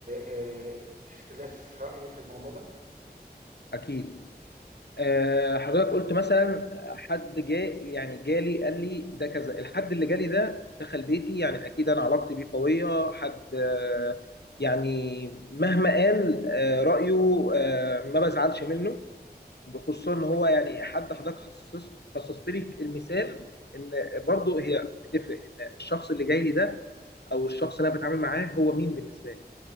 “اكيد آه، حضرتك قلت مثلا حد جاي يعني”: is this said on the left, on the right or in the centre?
Left